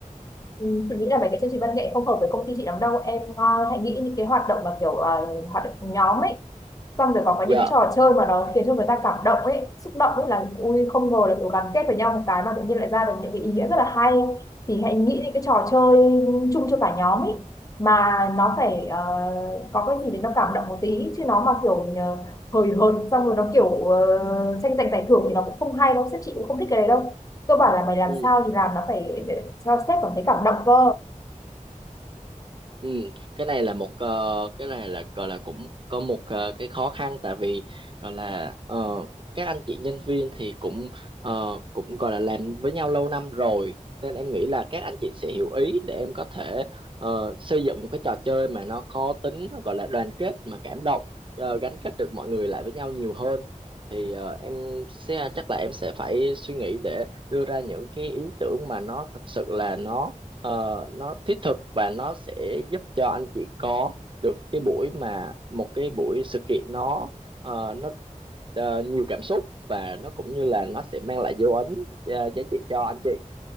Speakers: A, on the left; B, on the right.
A: Ừ, chị nghĩ là mấy cái chương trình văn nghệ không hợp với công ty chị lắm đâu em ờ, hãy nghĩ những cái hoạt động mà kiểu ờ, hoạt động nhóm ấy xong rồi còn có
B: Dạ.
A: những trò chơi mà nó khiến cho người ta cảm động ấy xúc động ấy là ui không ngờ là kiểu gắn kết với nhau một cái mà tự nhiên lại ra được những cái ý nghĩa rất là hay thì hãy nghĩ những cái trò chơi chung cho cả nhóm ấy mà nó phải ờ, có cái gì để nó cảm động một tí chứ nó mà kiểu ờ, hời hợt xong rồi nó kiểu uh, tranh giành giải thưởng thì nó cũng không hay đâu sếp chị cũng không thích cái đấy đâu cơ bản là mày làm
B: Ừ.
A: sao thì làm nó phải để cho sếp cảm thấy cảm động cơ
B: Ừ, cái này là một ờ, cái này là gọi là cũng có một ờ, cái khó khăn tại vì gọi là ờ, các anh chị nhân viên thì cũng ờ, cũng gọi là làm với nhau lâu năm rồi nên em nghĩ là các anh chị sẽ hiểu ý để em có thể ờ, xây dựng một cái trò chơi mà nó có tính nó gọi là đoàn kết mà cảm động ờ, gắn kết được mọi người lại với nhau nhiều hơn thì ờ, em sẽ chắc là em sẽ phải suy nghĩ để đưa ra những cái ý tưởng mà nó thật sự là nó Ờ, nó thiết thực và nó sẽ giúp cho anh chị có được cái buổi mà một cái buổi sự kiện nó ờ, nó ờ, nhiều cảm xúc và nó cũng như là nó sẽ mang lại dấu ấn ờ, giá trị cho anh chị